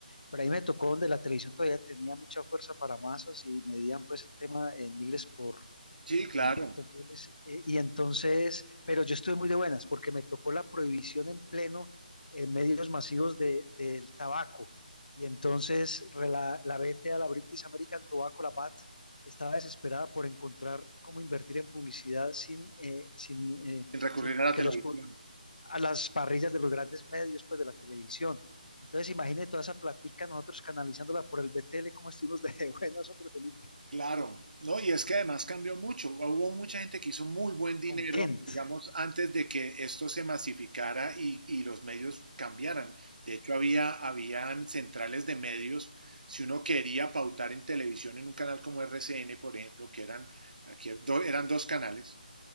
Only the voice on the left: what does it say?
Pero ahí me tocó donde la televisión todavía tenía mucha fuerza para masas y medían pues el tema en miles por
el impacto en miles. Eh, y entonces, pero yo estuve muy de buenas porque me tocó la prohibición en pleno en medios masivos de, del tabaco. Y entonces re- la, la BTA, la British American Tobacco, la BAT, estaba desesperada por encontrar cómo invertir en publicidad sin, eh, sin, eh,
sin,
que
los pu- a las parrillas de los grandes medios, pues de la televisión. Entonces, imagine toda esa platica nosotros canalizándola por el BTL, como estuvimos de <laughs> buenas, sobre Felipe,
con Kent.